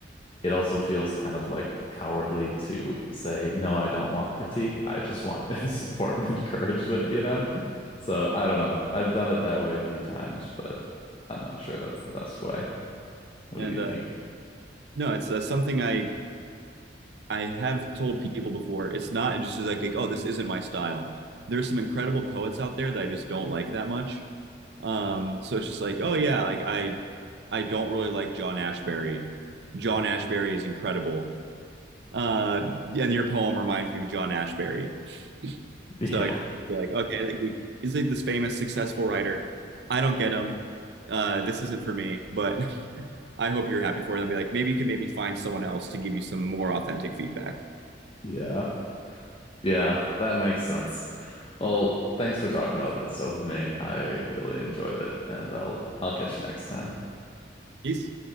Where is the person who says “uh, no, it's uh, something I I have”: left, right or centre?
Right